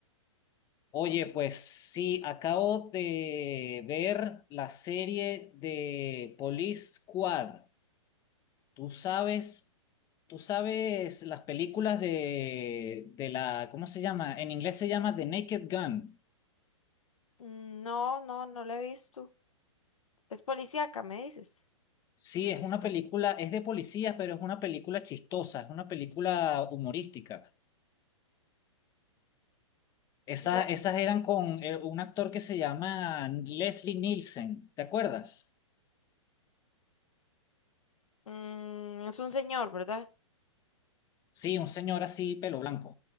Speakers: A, on the left; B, on the left.
A: Oye, pues sí, acabo de ver la serie de Police Squad. Tú sabes, tú sabes las películas de, de la, ¿cómo se llama? En inglés se llama The Naked Gun.
B: Mm, No, no, no la he visto. Es policíaca, me dices.
A: Sí, es una película, es de policías, pero es una película chistosa, es una película humorística. Esa-
B: Y la-
A: esas eran con eh, un actor que se llama Leslie Nielsen, ¿te acuerdas?
B: Mm, es un señor, ¿verdad?
A: Sí, un señor así, pelo blanco.